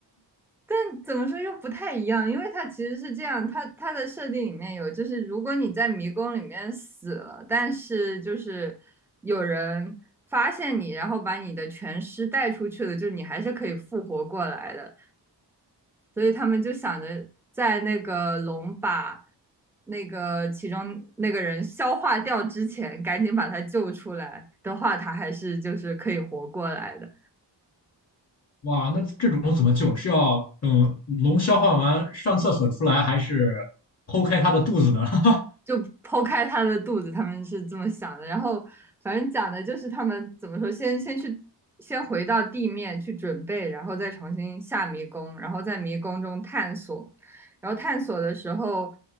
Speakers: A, in the centre; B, on the left (about 35°).
A: 但怎么说又不太一样，因为它其实是这样，它它的设定里面有，就是如果你在迷宫里面死了，但是就是有人。发现你，然后把你的全尸带出去了，就你还是可以复活过来的。所以他们就想着在那个龙把那个其中那个人消化掉之前，赶紧把他救出来的话，他还是就是可以活过来的。
B: 哇，那这种怎么救？是要等龙消化完上厕所出来，还是剖开它的肚子呢？<laughs>
A: 就剖开他的肚子，他们是这么想的。然后反正讲的就是他们怎么说，先先去先回到地面去准备，然后再重新下迷宫，然后在迷宫中探索。然后探索的时候，